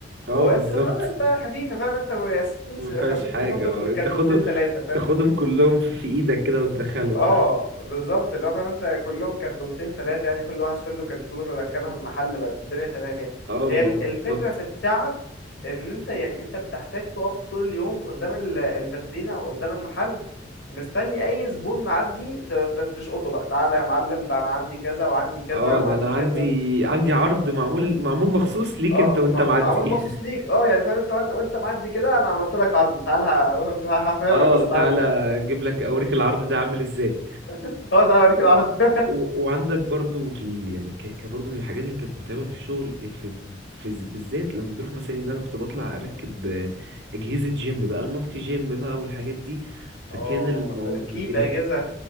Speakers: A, on the right (about 65°); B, on the left (about 70°).
A: اه
B: والتليفونات
A: بالظبط
B: انت خفيفه فاهم انت يا 60
A: ما فيهاش
B: 50
A: حاجة
B: تليفون دول
A: اه
B: كرتونتين
A: تاخدهم
B: ثلاثه
A: تاخدهم كلهم في, في ايدك كده وتدخلهم
B: اه بالظبط اللي هو فاهم انت كلهم كرتونتين ثلاثة يعني كل واحد شاله كرتون ودخلها المحل بقت الدنيا تمام يعني
A: <laughs> اه الموضوع
B: هي ال- الفكرة
A: بالظبط
B: في التعب ان انت يعني انت بتحتاج تقف طول اليوم قدام ال- الفاترينا او قدام المحل مستني اي زبون معدي ت- ت- تشقطه بقى تعالى يا معلم ده انا عندي كذا وعندي كذا
A: اه
B: وعندي
A: ده انا
B: كذا
A: عندي عندي عرض معمول معمول مخصوص ليك
B: اه
A: انت وانت
B: م-
A: معدي
B: معمول مخصوص
A: <laughs>
B: ليك اه يعني فاهم انت وان- وانت معدي كده انا عملت لك عرض تعال ه- <laughs> هفهمك
A: اه
B: بس
A: تعالى
B: تعال انت
A: اجيب لك اوريك العرض ده عامل ازاي
B: اه تعال اوريك العرض <laughs>
A: و... وعندك برضو في ال... يعني ك... ك- برضو من الحاجات اللي كانت متعبة في الشغل إيه، في... في... الز- بالذات لما بنروح مثلا ان انا كنت بطلع اركب آه، اجهزة جيم بقى المالتي جيم بقى والحاجات دي فكان
B: اه
A: الموضوع
B: تركيب
A: يعني
B: اجهزة